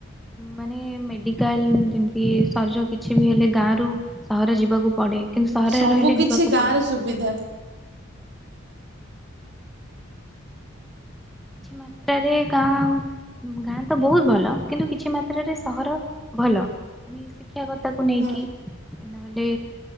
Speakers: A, in the centre; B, on the right.
A: ମାନେ ମେଡିକାଲ ଯେମତି ସର୍ଯୋକି କିଛି ବି ହେଲେ ଗାଁରୁ ସହର ଯିବାକୁ ପଡେ କିନ୍ତୁ ସହରରେ
B: ସବୁ
A: ରହିଲେ
B: କିଛି
A: ଯିବାକୁ
B: ଗାଁ
A: ପଡିବ।
B: ରେ ସୁବିଧା।
A: କିଛି ମାତ୍ରାରେ ଗାଁ ଗାଁ ତ ବହୁତ ଭଲ କିନ୍ତୁ କିଛି ମାତ୍ରାରେ ସହର ଭଲ ମାନେ ସେ ଶିକ୍ଷା କଥାକୁ ନେଇକି
B: ହୁଁ
A: ନହେଲେ